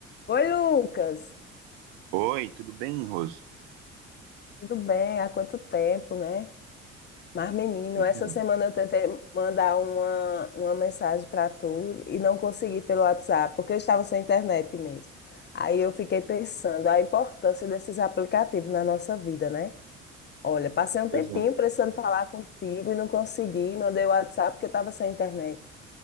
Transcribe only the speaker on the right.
Oi, tudo bem, Roso?
Sim,
Pois
é.